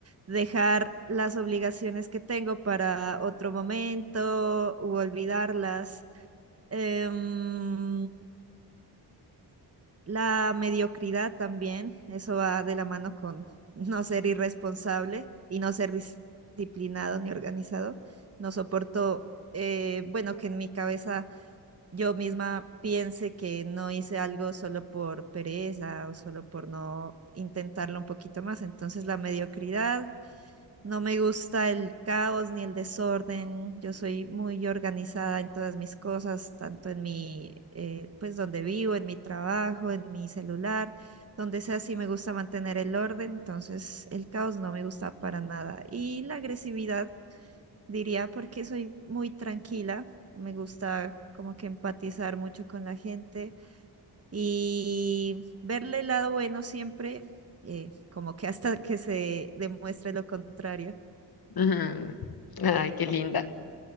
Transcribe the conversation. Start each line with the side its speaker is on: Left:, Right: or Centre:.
Right: dejar las obligaciones que tengo para otro momento u olvidarlas. Em, la mediocridad también, eso va de la mano con no ser irresponsable y no ser dis- disciplinado ni organizado. No soporto, eh, bueno, que en mi cabeza yo misma piense que no hice algo solo por pereza o solo por no intentarlo un poquito más. Entonces la mediocridad, no me gusta el caos ni el desorden. Yo soy muy organizada en todas mis cosas, tanto en mi, eh, pues donde vivo, en mi trabajo, en mi celular. Donde sea, sí me gusta mantener el orden, entonces el caos no me gusta para nada. Y la agresividad Diría porque soy muy tranquila, me gusta como que empatizar mucho con la gente y verle el lado bueno siempre, eh, como que hasta que se demuestre lo contrario.
Left: Ujú. Ay, qué linda.